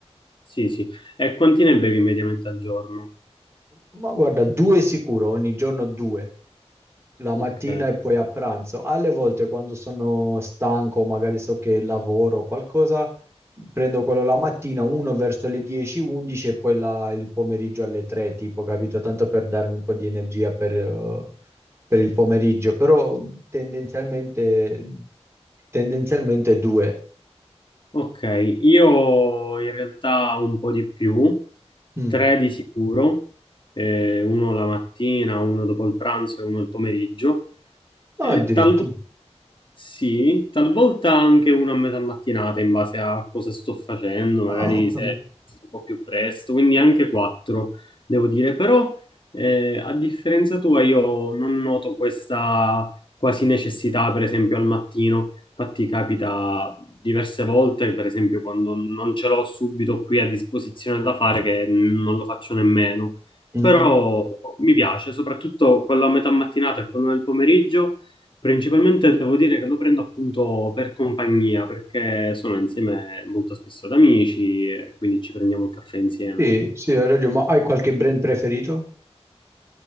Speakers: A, on the left; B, on the right.
A: sì, sì. E quanti ne bevi mediamente al giorno?
B: Ma guarda, due sicuro, ogni giorno due. la
A: Ok.
B: mattina e poi a pranzo. Alle volte quando sono stanco, magari so che lavoro o qualcosa, prendo quello la mattina, uno verso le 10, 11 e poi la- il pomeriggio alle 3, tipo, capito? Tanto per darmi un po' di energia per, eh, per il pomeriggio, però tendenzialmente, tendenzialmente due.
A: Ok, io in realtà un po' di più,
B: Mm.
A: tre di sicuro, eh, uno la mattina, uno dopo il pranzo e uno il pomeriggio.
B: Ah,
A: E
B: addirittura.
A: talvolta sì, talvolta anche una a metà mattinata in base a cosa sto facendo, magari
B: Ah, ho capito.
A: se è un po' più presto, quindi anche quattro, devo dire, però eh, a differenza tua io non noto questa quasi necessità, per esempio al mattino, infatti capita diverse volte, per esempio quando non ce l'ho subito qui a disposizione da fare, che non lo faccio nemmeno,
B: Mm.
A: però mi piace, soprattutto quello a metà mattinata e quello nel pomeriggio. Principalmente devo dire che lo prendo appunto per compagnia, perché sono insieme molto spesso ad amici e quindi ci prendiamo il caffè insieme.
B: Sì, sì, hai ragione, ma hai qualche brand preferito?